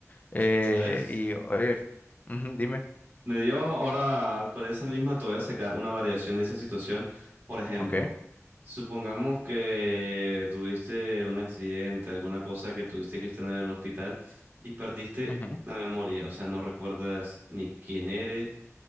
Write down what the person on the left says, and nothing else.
Eh,
y, oye, f- ujú, dime,
ok,
ujú,